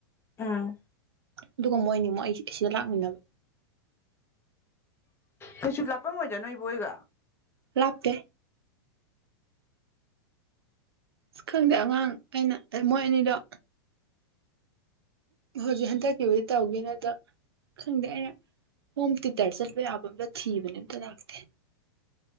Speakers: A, on the left (about 20°); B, on the right (about 85°).
A: ꯑꯥ
B: ꯑꯗꯨꯒ ꯃꯣꯏꯅꯤꯃꯛ ꯑꯩ ꯑꯁꯤꯗ ꯂꯥꯛꯃꯤꯟꯅꯕ
A: ꯀꯩꯁꯨ ꯂꯥꯞꯄꯝ ꯑꯣꯏꯗ ꯅꯣꯏ ꯑꯕꯣꯛ ꯍꯣꯏꯒ
B: ꯂꯥꯞꯇ ꯁ ꯈꯪꯗꯦ ꯑꯉꯥꯡ ꯑꯩꯅ ꯃꯣꯏ ꯑꯅꯤꯗꯣ ꯍꯧꯖꯤꯛ ꯍꯟꯗꯛꯀꯤꯕꯨꯗꯤ ꯇꯧꯒꯦꯅ ꯑꯗ ꯈꯪꯗꯦ ꯑꯩꯅ ꯍꯣꯝ ꯇꯨꯇꯔ ꯆꯠꯄ ꯌꯥꯕ ꯑꯝꯇ ꯊꯤꯕꯅꯦ ꯑꯝꯇ ꯂꯥꯛꯇꯦ